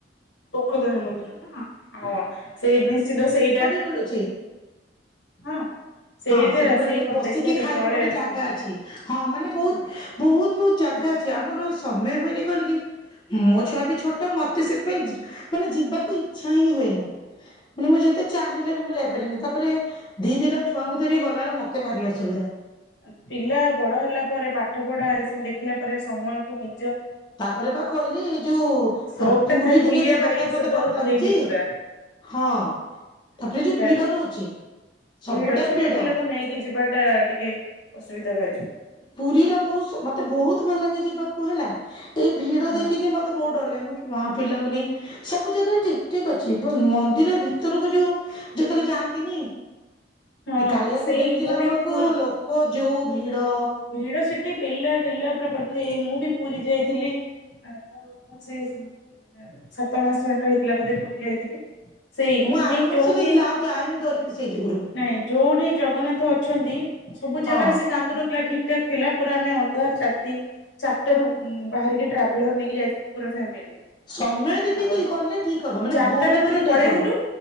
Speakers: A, on the left (about 80°); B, on the left (about 25°).
A: ଉଗ୍ର ଦେବୀ ମନ୍ଦିର ନା ହଁ ସେଇ ନିଶ୍ଚିତ ସେଇଟା
B: ମିଳୁଚି।
A: ହଁ ସେଇ
B: ହଁ
A: ଯେ
B: ସେଠି ପୁରା
A: ସେଇ
B: ଏମତି
A: ଗୋଟେ
B: ବସିକି
A: ଦେଖିବା କେତେବେଳେ
B: ଖାଇବ ଗୋଟେ ଜାଗା ଅଛି ହଁ ମାନେ ବୋହୁତ
A: ହଁ
B: ବୋହୁତ ବୋହୁତ ଜାଗା ଅଛି ଆମର ସମୟ ହୁଏନି କଣ କି ମୋ ଛୁଆ ବି ଛୋଟ ମତେ ସେଥିପାଇଁ ଯି ମାନେ ଯିବାକୁ ଇ ଇଚ୍ଛା ହିଁ ହୁଏନି ମାନେ ମୁଁ ଯେତେ ଚାହିଁଲେ ବି ମୁଁ ଯାଇପାରେନି ତାପରେ ଦିଇ ଦିଇଟା ଛୁଆଙ୍କୁ ଧରି ଗଲାବେଳେ ମୋତ ଭାରି ଅସୁବିଧା।
A: ଆ, ପିଲା ବଡ ହେଲା ପରେ, ପାଠ ପଢା ଏସବୁ ଦେଖିଲା ପରେ ସମୟକୁ ନି
B: ତାପରେ ବା କହିଲି ଏ ଯୋଉ
A: ସଉକ
B: ହଁ ପୁରୀ
A: ଟା ଥାଏ ବୁଲିବା
B: ଟିକେ ଯିବା ପାଇଁ
A: ଏ
B: ମୋତେ
A: ସବୁ
B: ଡର
A: ଆଉ ହୁଏନି
B: ଲାଗୁଚି।
A: ପୁରା
B: ହଁ ତାପରେ
A: ସେଟା
B: ଯୋଉ ଭିଡ ରହୁଛି, ସବୁ
A: ଭିଡ
B: ଟାଇମ୍
A: ଛୋଟ
B: ଭିଡ।
A: ପିଲାକୁ ନେଇକି ଯିବା ଟା ଟିକେ ଅସୁବିଧା ଭାରି।
B: ପୁରୀର ମୁଁ ସୁ- ମୋତେ ବହୁତ ଭଲ ଲାଗେ ଯିବାକୁ ହେଲା, ଏଇ ଭିଡ
A: ହଁ
B: ଦେଖିକି ମୋ ତେ ବହୁତ ଡର ଲାଗେ, ମୁଁ କି ମା ପିଲାଙ୍କୁ ନେଇ ସବୁ ଜାଗାରେ ଠିକ, ଠିକ ଅଛି ଏବଂ ମନ୍ଦିର ଭିତରକୁ ଯୋଉ ଯେତେବେଳେ ଯାଆନ୍ତିନି
A: ହଁ
B: ଏ କାଳିଆକୁ
A: ସେଇ
B: ଦେଖିଲା
A: ମୁଁ ବି
B: ବେଳକୁ
A: ପୁ
B: ଲୋ କ ଯୋଉ ଭିଡ଼।
A: ଭିଡ ସେଟି ପେଲା ଠେଲା ପୁରା <inaudible> ଏଇ ମୁଁ ବି ପୁରୀ ଯାଇଥିଲି ଆ ପୁଅକୁ ସେ ଉଁ, ସାତ ମାସ ଖଣ୍ଡେ ହେଇଥିଲା ବୋଧେ ପୁରୀ ଯାଇଥିଲି। ସେଇଠି
B: ମୁଁ ଆର ବର୍ଷ
A: ଯୋଉଠି
B: ଯାଇଥିଲି ଆଉ ଯାଇନି ଡରିକି ସେଇ ଯୁଗୁରୁ
A: ନାଇଁ ଯୋଉଠି ଜଗନ୍ନାଥ ଅଛନ୍ତି ସବୁ
B: ହଁ
A: ଜାଗାରେ ସେ କାନ୍ଦୁ ନଥିଲା ଠିକ ଠାକ୍ ଥିଲା ପୁରା। ଆମେ ଅନ୍ଧାର ଚାତି ଚାରଟା ରୁ ଉଁ, ବାହାରିକି ଟ୍ରାଭେଲର ନେଇକି ଯାଇଥିଲୁ ପୁରା ଫ୍ୟାମିଲି।
B: ସମୟ ଦେଖିକି
A: ଆଉ
B: ଗଲେ ଠିକ ହବ ମାନେ
A: ଚାରଟା
B: ଭୋରରୁ
A: ରାତିରୁ
B: ଗଲେ
A: ପଳେଇଥିଲୁ।
B: ଠିକ ହବ